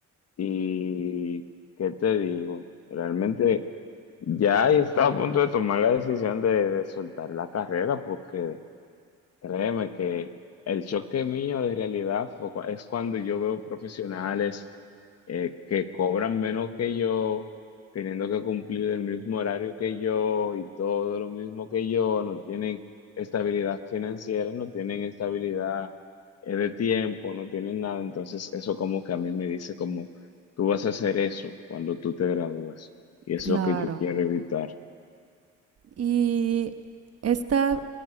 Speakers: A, on the left; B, on the right.
A: y ¿qué te digo? Realmente... Ya y estaba a punto de tomar la decisión de, de soltar la carrera porque... Créeme que el choque mío de realidad fue cua- es cuando yo veo profesionales eh, que cobran menos que yo, teniendo que cumplir el mismo horario que yo y todo lo mismo que yo, no tienen estabilidad financiera, no tienen estabilidad eh, de tiempo, no tienen nada. Entonces eso como que a mí me dice como, tú vas a hacer eso cuando tú te gradúes y es
B: Claro.
A: lo que yo quiero evitar.
B: Y esta,